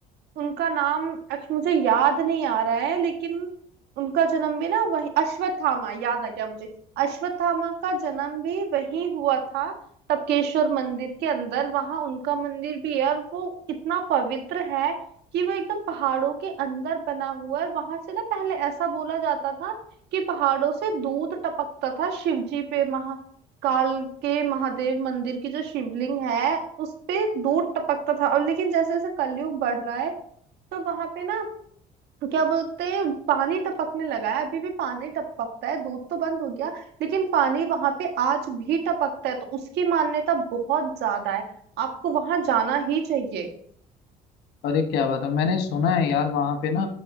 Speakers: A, on the right; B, on the left.
A: उनका नाम एक्चुअली मुझे याद नहीं आ रहा है लेकिन उनका जन्म भी ना वही अश्वत्थामा याद आ गया मुझे अश्वत्थामा का जन्म भी वही हुआ था टपकेश्वर मंदिर के अंदर वहां उनका मंदिर भी है और वो इतना पवित्र है कि वो एकदम पहाड़ों के अंदर बना हुआ है वहां से ना पहले ऐसा बोला जाता था कि पहाड़ों से दूध टपकता था शिव जी पे महा काल के महादेव मंदिर की जो शिवलिंग है उस पे दूध टपकता था अब लेकिन जैसे जैसे कलयुग बढ़ रहा है तो वहां पे ना क्या बोलते हैं पानी टपकने लगा है अभी भी पानी टपकता है दूध तो बंद हो गया लेकिन पानी वहां पे आज भी टपकता है तो उसकी मान्यता बहुत ज्यादा है आपको वहां जाना ही चाहिए
B: अरे क्या बात है मैंने सुना है यार वहां पे ना